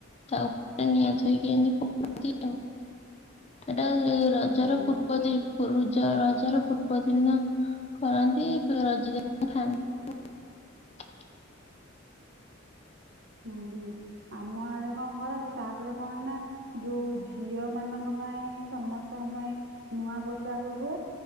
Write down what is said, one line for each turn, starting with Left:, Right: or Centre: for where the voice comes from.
Left: ତା ଉପରେ ନିଆଥୋଇକି ଏମିତି ପୋଡ଼ନ୍ତି ଆଉ ଏଟା ସେ ରଜ
Right: ହୁଁ
Left: ର ପୂର୍ବ ଦି ରଜ ରଜ ର ପୂର୍ବ ଦିନ କରନ୍ତି ଫୁଣି ରଜ ଦିନ <inaudible>
Right: ହୁଁ ହୁଁ ଆମ ଆଡେ କଣ କରନ୍ତି ତାପରେ କଣ ନା ଯୋଉ ଝିଅ ମାନଙ୍କ ପାଇଁ ସମସ୍ତଙ୍କ ପାଇଁ ନୂଆ ପୋଷାକ ହୁଏ।